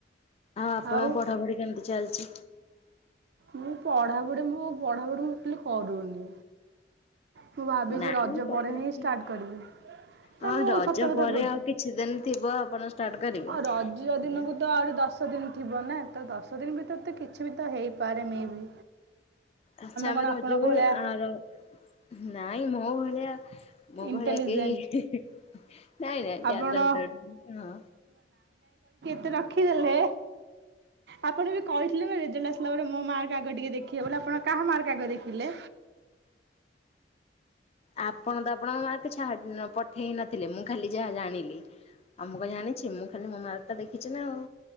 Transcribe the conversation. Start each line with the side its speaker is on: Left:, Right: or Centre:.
Left: ଆପଣଙ୍କ
Right: ଆଉ
Left: ପଢାପଢି କେମିତି ଚାଲିଛି?
Right: ମୁଁ ପଢାପଢି ମୁଁ ମୁଁ ପଢା ପଢି ମୁଁ ତୋଟାଲେ କରୁନି। ମୁଁ ଭାବିଚି
Left: ନାଇଁ
Right: ରଜ
Left: କରିନଥିଲି।
Right: ପଡେ ହିଁ ଷ୍ଟାର୍ଟ କରିବି ତ
Left: ହଁ
Right: ମୁଁ
Left: ରଜ
Right: ସତ କଥା
Left: ପରେ
Right: କହୁଛିୁ
Left: ଆଉ କିଛି ଦିନ ଥିବ ଆପଣ ଷ୍ଟାର୍ଟ କରିବେ।
Right: ରଜ
Left: ହୁଁ।
Right: ଦିନକୁ ତ ଆହୁରି ଦଶ ଦିନ ଥିବ ନା ତ ଦଶ ଦଶ ଦିନ ଭିତରେ ତ କିଛି ବି ତ ହେଇପାରେ ମେ ବି।
Left: ଆଛା ଆମେ
Right: କ'ଣ
Left: ରଜକୁ
Right: ଆପଣଙ୍କ ଭଳିଆ
Left: ଆର ନାଇଁ ମୋ ଭଳିଆ ମୋ
Right: ଇଣ୍ଟେଲିଜେଣ୍ଟ
Left: ଭଳିଆ କେହି ନାଇଁ ନାଇଁଁ
Right: ଆପଣ
Left: ଟ୍ୟାଲେଣ୍ଟଡ଼
Right: ତେ ରଖିଦେଲେ ଆପଣ ବି କହିଥିଲେ ନା ରେଜଲଟ ଆସିଲା ପରେ ମୋ ମାର୍କ ଆଗ ଟିକେ ଦେଖିବେ ବୋଲି ଆପଣ କାହା ମାର୍କ ଆଗ ଦେଖିଲେ।
Left: ଆପଣ ତ ଆପଣଙ୍କ ମାର୍କ ଛାଡିନ ପଠେଇ ନଥିଲେ ମୁଁ ଖାଲି ଯାହା ଜାଣିଲି ଆଉ ମୁଁ କଣ ଜାଣିଛି ମୁଁ ଖାଲି ମୋ ମାର୍କ ଟା ଦେଖିଛି ନା ଆଉ।